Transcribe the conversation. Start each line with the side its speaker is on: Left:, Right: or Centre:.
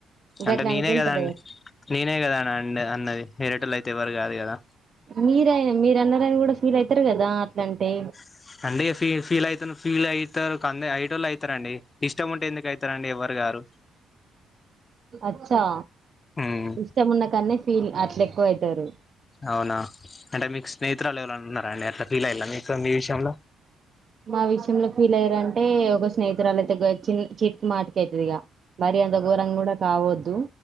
Right: గట్లా
Left: అంటే నేనే
Right: అనుకుంటది
Left: కదా అం నేనే కద అన అండి అన్నది వేరేటోలు అయితే ఎవ్వరు కాదు కదా
Right: మీరైనా మీరన్నారనీ కూడా ఫీల్ అయితారు కదా అట్లాంటే
Left: <unintelligible> ఫీ ఫీల్ అయిత ఫీల్ అయీ తారు కంద ఐటోళ్ళు అవుతారండి ఇష్టం ఉంటే ఎందుకు అవుతారండి ఎవ్వరు గారు
Right: అచ్చా
Left: ఉమ్
Right: ఇష్టం ఉన్న కన్నె పిల్లల ఫీల్ అట్ల ఎక్కువ అవుతారు
Left: అవునా అంటే మీకు స్నేహితురాలు ఎవర అంటున్నా అండి అట్లా ఫీల్ అయ్యలా మీకు మీ విషయంలో
Right: మా విషయంలో ఫీల్ అయ్యారంటే ఒక స్నేహితురాలు అయితే చి చిటికి మాటక అయితది ఇగా మరి అంత ఘోరం కూడ కావోద్దు